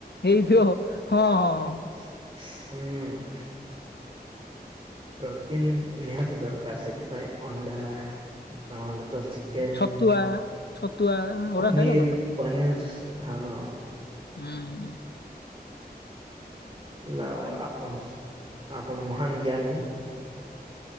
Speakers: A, on the left (about 80°); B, on the right (about 35°).
A: ହେଇଥିବ ହଁ ହଁ ହଁ।
B: ହୁଁ। ପ୍ରୋଟିନ୍ ନିହାତି ଦରକାର ସେଥିପାଇଁ ଅଣ୍ଡା ନହେଲେ ତ ଚି କେନ୍
A: ଛତୁଆ ଛତୁଆ ଓରା
B: ପନିର୍
A: ଖାଇଲେ ଭଲ।
B: ପନିର ହଁ।
A: ହୁଁ ହୁଁ।
B: ହେଲା
A: ଲାଇ
B: ଆଉ ଆପଣ ଆପଣ ମହାନ ଜ୍ଞାନୀ।